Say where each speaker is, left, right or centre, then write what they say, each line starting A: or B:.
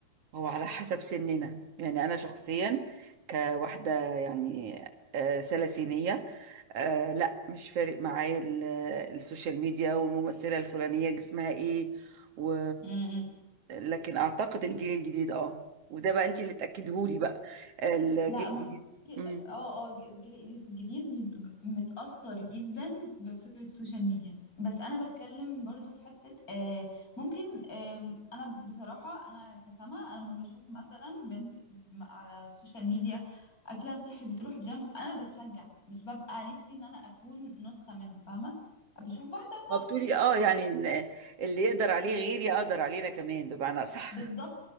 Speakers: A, on the right; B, on the left.
A: هو على حسب سننا يعني أنا شخصيا كواحدة يعني آه، سلاسينية آه، لا مش فارق معايا ال- آه، السوشيال ميديا والممثلة الفلانية جسمها ايه و...
B: امم
A: لكن أعتقد الجيل الجديد اه وده بقى انت اللي تأكدهولي بقى الجيل
B: لا ما
A: الجديد
B: في-
A: امم
B: اه اه الجيل الجديد متج- متأثر جدا بفكرة السوشيال ميديا بس انا بتكلم برضو في حتة آه ممكن آه انا بصراحة انا كسما انا لما بشوف مثلا بنت م- على السوشيال ميديا اكلها صحي بتروح جيم انا بتشجع مش ببقى نفسي ان انا اكون نسخة منها فاهمة بشوف واحدة مثلا
A: هو بتقولي اه يعني إن اللي يقدر عليه غيري أقدر علينا كمان بمعنى أصح
B: بالظبط
A: <laughs>